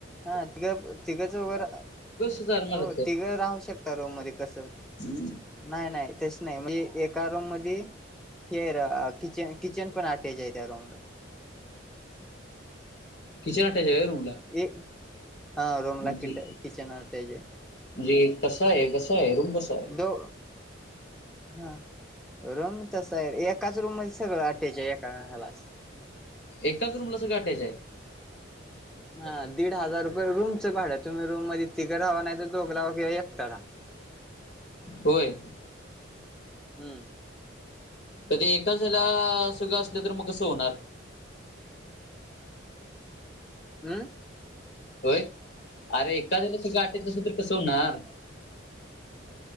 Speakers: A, in the centre; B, on the left.
A: हा तिघं तिघंच वगर
B: हजार मला
A: हो तिघं राहू शकता रोम मध्ये कसं
B: हम्
A: नाही नाही तेच नाही म्हणजे एका रूम मध हेर किचन किचन पण आटायचे आहे त्या रूमला
B: किचन अटॅच आहे रूमला
A: ये हा रूम
B: म्हणजे
A: ला किट किचन त्याजे
B: म्हणजे कसा आहे कसा आहे रूम कसा आहे
A: दो हा रूम तस आहे एकाच रूम सगळं अटॅच आहे एका हला
B: एकाच रूम ला सगळं अटॅच आहे
A: हा दीड हजार रुपये रूमच पाड तुम्ही रूम मध्ये तिगर हवा नाही दोघं राहा किंवा एकटा राहा
B: होय
A: हम्म
B: क ते एकाचला सुगळं असलं तर मग कसं होणार
A: हम्
B: होय अरे एखाद्याला सगळं आटेत अस तर कसं होणार